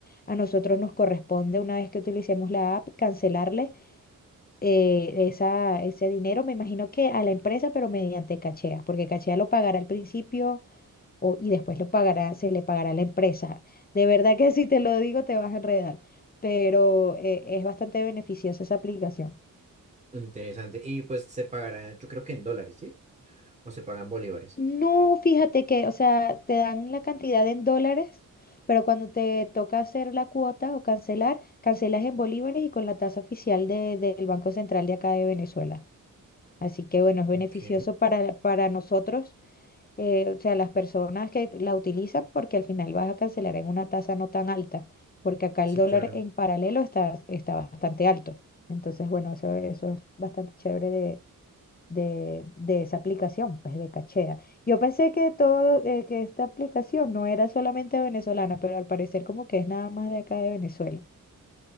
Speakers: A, on the left (about 25°); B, on the right (about 20°).
A: a nosotros nos corresponde, una vez que utilicemos la app, cancelarle eh, esa, ese dinero, me imagino que a la empresa, pero mediante cachea, porque cachea lo pagará al principio o- y después lo pagará, se le pagará a la empresa. De verdad que <laughs> si te lo digo te vas a enredar, pero eh, es bastante beneficiosa esa aplicación.
B: Interesante. Y pues se pagará, yo creo que en dólares, ¿sí? O se pagan bolívares.
A: No, fíjate que, o sea, te dan la cantidad en dólares, pero cuando te toca hacer la cuota o cancelar, cancelas en bolívares y con la tasa oficial de- del Banco Central de acá de Venezuela. Así que bueno, es beneficioso
B: Ok.
A: para, para nosotros eh, o sea, las personas que la utilizan porque al final vas a cancelar en una tasa no tan alta, porque acá
B: Sí,
A: el dólar
B: claro.
A: en paralelo está, está bastante alto. Entonces, bueno, eso, eso es bastante chévere de, de, de esa aplicación, pues de Cachea. Yo pensé que todo, eh, que esta aplicación no era solamente venezolana, pero al parecer como que es nada más de acá de Venezuela.